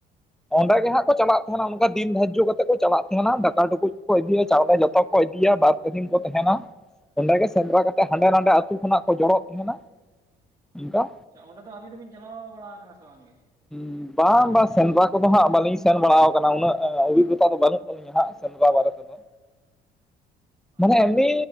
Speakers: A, in the centre; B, on the right.
A: ᱚᱸᱰᱮ ᱜᱮ ᱦᱟᱸᱜ ᱠᱚ ᱪᱟᱞᱟᱜ ᱛᱟᱦᱮᱱᱟ᱾ᱚᱱᱠᱟ ᱫᱤᱱ ᱫᱷᱡᱽᱡᱚ ᱠᱟᱛᱮ ᱠᱚ ᱪᱟᱞᱟᱜ ᱛᱟᱦᱮᱱᱟ ᱾ᱫᱟᱠᱟ ᱴᱩᱠᱩᱡ ᱠᱚᱠᱚ ᱤᱫᱤᱭᱟ, ᱪᱟᱣᱞᱮ ᱡᱚᱛᱚ ᱠᱚ ᱤᱫᱤᱭᱟ <unintelligible> <unintelligible> ᱠᱚ ᱛᱟᱦᱮᱱᱟ ᱚᱸᱰᱮ
B: ᱦᱮᱸ
A: ᱜᱮ ᱥᱮᱸᱫᱽᱨᱟ ᱠᱟᱛᱮᱫ ᱦᱟᱸᱰᱮ ᱱᱟᱰᱮ ᱟᱛᱩ ᱠᱷᱚᱱᱟᱜ ᱠᱚ ᱡᱚᱲᱚᱜ ᱛᱟᱦᱮᱱᱟ᱾ ᱚᱱᱠᱟ
B: ᱚᱸᱰᱮ ᱫᱚ ᱟᱹᱵᱤᱱ ᱫᱚᱵᱤᱱ ᱪᱟᱞᱟᱣ ᱵᱟᱲᱟ ᱟᱠᱟᱱᱟ ᱥᱮ ᱵᱟᱝ ᱜᱮ?
A: ᱦᱩᱸ, ᱵᱟᱝ ᱵᱟᱝ ᱥᱮᱸᱫᱽᱨᱟ ᱠᱚᱫᱚ ᱦᱟᱸᱜ ᱵᱟᱞᱤᱧ ᱥᱮᱱ ᱵᱟᱲᱟᱣ ᱟᱠᱟᱱᱟ ᱩᱱᱟᱹᱜ ᱚᱵᱷᱤᱜᱽᱜᱚᱛᱟ ᱫᱚ ᱵᱟᱹᱱᱩᱜ ᱛᱟᱹᱞᱤᱧᱟ ᱦᱟᱸᱜ ᱥᱮᱸᱫᱽᱨᱟ ᱵᱟᱨᱮᱛᱮ᱾ ᱛᱚᱵᱮ
B: ᱟᱪᱪᱷᱟ
A: ᱮᱢᱱᱤ